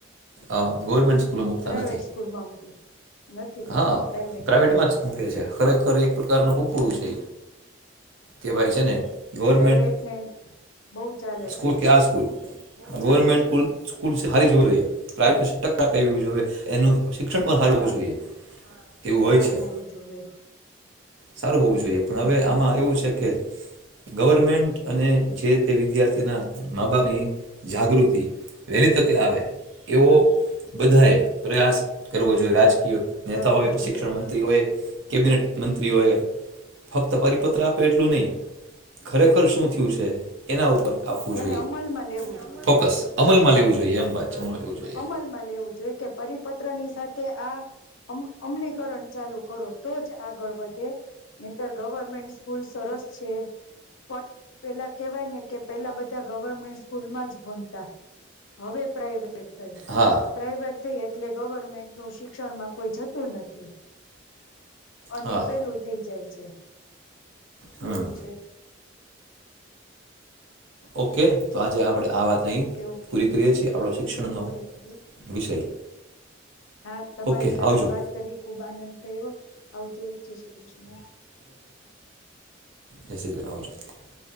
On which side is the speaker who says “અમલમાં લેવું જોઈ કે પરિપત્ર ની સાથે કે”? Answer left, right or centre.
Left